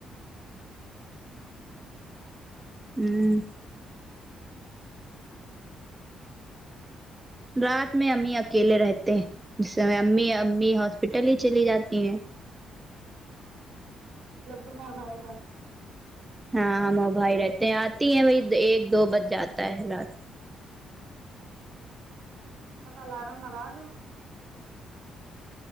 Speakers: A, on the right; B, on the right.
A: ہ <unintelligible>
B: ہوں رات میں ہمہی اکیلے رہتے ہیں اسے امی امی ہاسپٹل ہی چلی جاتی ہیں
A: مطلب <unintelligible> تومار بائی
B: ہاں ہم وہ بھائی رہتے ہیں آتی ہیں وہی ایک دو بج جاتا ہے رات
A: کا الارم لگا لو